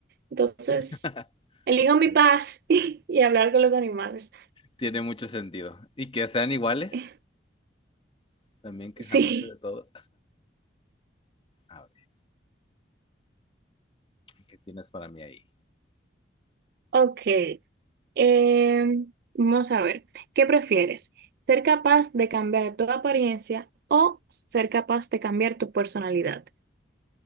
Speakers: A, on the right; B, on the left.
A: Entonces,
B: <laughs>
A: elijo
B: Ok.
A: mi paz <laughs> y hablar con los animales.
B: Tiene mucho sentido. Y que sean iguales,
A: <laughs>
B: también quejándose
A: Sí,
B: de todo. A ver, ¿qué tienes para mí ahí?
A: ok. Em, vamos a ver, ¿qué prefieres? ¿Ser capaz de cambiar tu apariencia o ser capaz de cambiar tu personalidad?